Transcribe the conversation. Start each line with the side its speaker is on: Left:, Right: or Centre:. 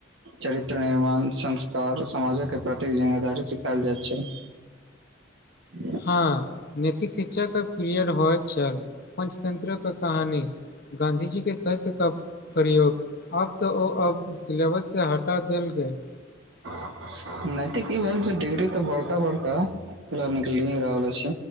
Right: चरित्र निर्माण संस्कार समाजक के प्रतेक जिम्मेदारी सिखायल जाइत छै <inaudible>
Left: हँ नैतिक शिक्षाके पीरियड होइत छल पञ्चतन्त्रके कहानी गाँधीजी के सत्य का प्रयोग अब तऽ ओ अब सिलेबस से हटा देल गेल
Right: नहि तऽ की भेल तऽ डिग्री तऽ बड़का बड़का निकलि ह रहल छी